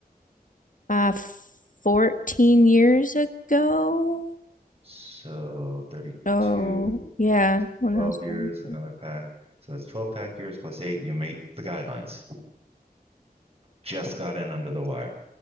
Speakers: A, on the left; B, on the right.
A: Uh 14 years ago.
B: So 32.
A: Oh, yeah, when
B: 12
A: I was
B: years,
A: 22.
B: another pack. So that's 12 pack years plus eight. You meet the guidelines. Just got in under the wire.